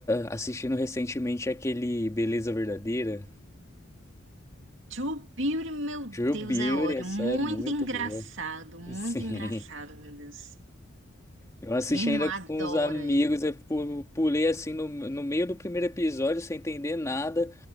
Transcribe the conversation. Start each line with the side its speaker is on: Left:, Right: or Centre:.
Left: assistindo recentemente aquele Beleza Verdadeira.
Right: True Beauty, meu
Left: True
Right: Deus,
Left: Beauty,
Right: é ódio.
Left: essa
Right: Muito
Left: é muito
Right: engraçado,
Left: boa.
Right: muito
Left: <laughs> Sim.
Right: engraçado, meu Deus.
Left: Eu assisti
Right: Minha
Left: ainda
Right: irmã adora
Left: com os amigos, eu pu- pulei assim no, no meio do primeiro episódio sem entender nada.